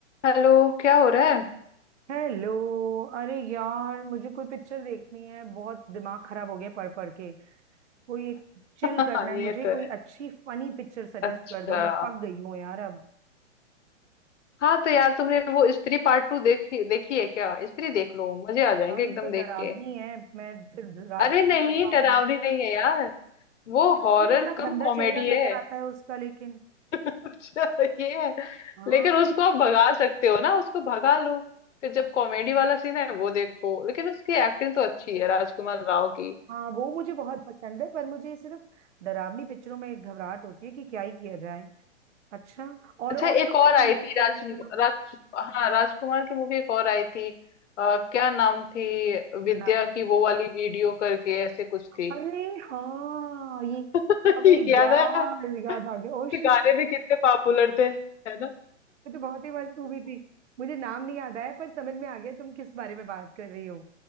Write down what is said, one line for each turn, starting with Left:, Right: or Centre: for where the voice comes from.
Left: हेलो क्या हो रहा
Right: Hello अरे यार मुझे कोई पिक्चर देखनी है बहुत दिमाग खराब हो गया पढ़ पढ़ के कोई एक चिल
Left: है <laughs>
Right: करना है
Left: ये
Right: मुझे
Left: तो
Right: कोई
Left: है
Right: अच्छी फनी पिक्चर सजेस्ट
Left: अच्छा
Right: कर दो मैं पक गई हूँ यार अब
Left: हाँ तो यार तुमने वो स्त्री पार्ट टू देखी देखी है क्या स्त्री देख लो मजे आ जाएंगे
Right: यार
Left: एकदम
Right: ये तो
Left: देख
Right: डरावनी
Left: के
Right: है मैं फिर रात
Left: अरे
Right: को
Left: नहीं
Right: नहीं पढ़ पाऊंगी
Left: डरावनी नहीं है यार वो
Right: फिर
Left: हॉरर
Right: उसमें इतना
Left: कम
Right: गंदा
Left: कॉमेडी
Right: चेहरा
Left: है
Right: नजर आता है उसका लेकिन
Left: <laughs> अच्छा ये है
Right: हाँ
Left: लेकिन उसको आप भगा सकते हो ना उसको भगा लो फिर जब कॉमेडी वाला सीन है वो देखो लेकिन उसकी एक्टिंग तो अच्छी है राजकुमार राव की
Right: हाँ वो मुझे बहुत पसंद है पर मुझे सिर्फ डरावनी पिक्चरों में एक घबराहट होती है कि क्या ही किया जाए अच्छा और
Left: अच्छा
Right: और
Left: एक
Right: कुछ
Left: और
Right: अच्छा
Left: आई
Right: मुझे
Left: थी राज
Right: सजेस्ट करो
Left: राज हाँ राजकुमार की मूवी एक और आई थी आ, क्या नाम थी विद्या
Right: है ना
Left: की वो वाली वीडियो करके ऐसे कुछ थी
Right: अरे हाँ ये
Left: <laughs>
Right: अबे
Left: याद
Right: यार
Left: है
Right: याद आ गया
Left: उसके
Right: ओ शिट
Left: गाने
Right: <laughs>
Left: भी कितने पॉपुलर थे है ना
Right: ये तो बहुत ही मस्त मूवी थी मुझे नाम नहीं याद आया पर समझ में आ गया तुम किस बारे में बात कर रही हो